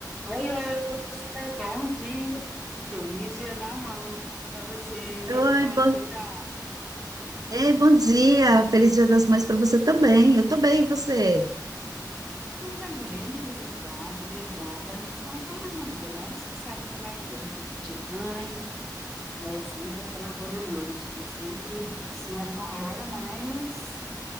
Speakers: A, in the centre; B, on the right.
A: Oi, Elsa, bom dia. Feliz Dia da Mãe para você. E
B: Oi,
A: aí, como é
B: bom...
A: que você tá?
B: Ei, bom dia. Feliz Dia das Mães para você também. Eu tô bem, e você?
A: Eu também, obrigada, obrigada. Então, tá lindo, né? Você sabe como é que é, vida de mãe, é sempre aquela correria, né? Tá sempre em cima de uma hora, mas